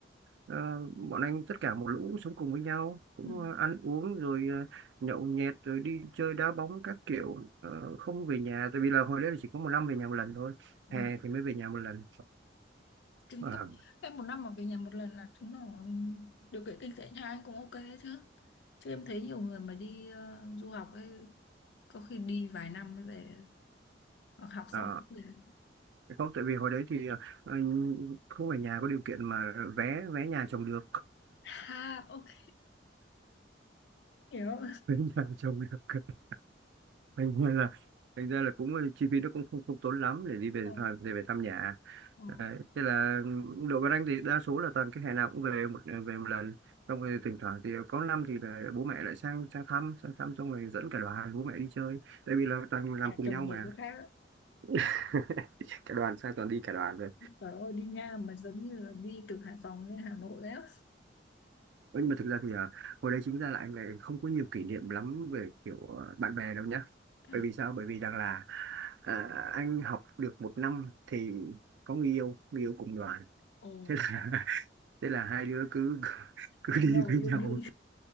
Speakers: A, on the right (about 70°); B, on the left (about 65°).
A: ờ, bọn anh tất cả một lũ sống cùng với nhau cũng
B: Ừ.
A: ờ, ăn uống rồi ờ, nhậu nhẹt rồi đi chơi đá bóng các kiểu Ờ, không về nhà tại vì là hồi đấy là chỉ có một năm về nhà một lần thôi hè
B: Ừ.
A: thì mới về nhà một lần
B: Chứng
A: Ờ,
B: tỏ em một năm mà về nhà một lần là chứng tỏ điều kiện kinh tế nhà anh cũng ok chứ Chứ em thấy nhiều người mà đi ờ, du học ấy, có khi đi vài năm mới về, hoặc học
A: ờ,
B: xong mới về.
A: không tại vì hồi đấy thì ờ, không phải nhà có điều kiện mà vé vé nhà trồng được
B: Ha, ok, hiểu.
A: Tính nhà chồng được <laughs> thành ra là thành ra là cũng ờ, chi phí nó cũng không, không tốn lắm để đi về
B: Ờ,
A: thăm- về thăm nhà
B: ờ,
A: Đấy. Thế là đội Văn Anh thì đa số là toàn cái hè nào cũng về một ờ, về một lần xong rồi thỉnh thoảng thì có năm thì là bố mẹ lại sang sang thăm sang thăm xong rồi dẫn cả đoàn bố mẹ đi chơi tại vì là toàn làm
B: Nhà
A: cùng
B: chồng
A: nhau
B: người
A: mà
B: chỗ khác, ấy.
A: <laughs> cả đoàn sang toàn đi cả đoàn về
B: trời ơi đi Nha mà giống như là đi từ Hải Phòng lên Hà Nội đấy. á.
A: Ừ, nhưng mà thực ra thì à, hồi đấy chính ra là anh này không có nhiều kỷ niệm lắm về kiểu à, bạn bè đâu nhá
B: À,
A: bởi vì sao bởi vì rằng là à, anh học được một năm thì có người yêu người yêu cùng đoàn
B: Ồ,
A: thế là <laughs> thế là hai đứa cứ cứ
B: cắm
A: đi
B: đầu
A: với
B: yêu
A: nhau
B: đương.